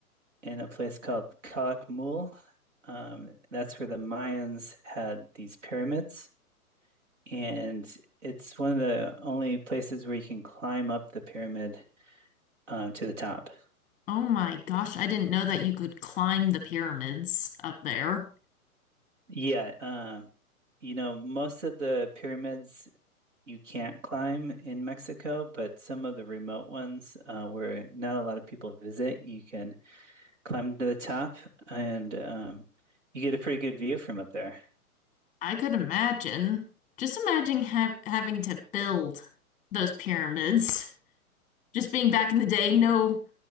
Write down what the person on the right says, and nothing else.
in a place called Calakmul. Um, that's where the Mayans had these pyramids, and it's one of the only places where you can climb up the pyramid um, to the top.
Yeah, um, you know, most of the pyramids you can't climb in Mexico, but some of the remote ones uh, where not a lot of people visit, you can climb to the top and um, you get a pretty good view from up there.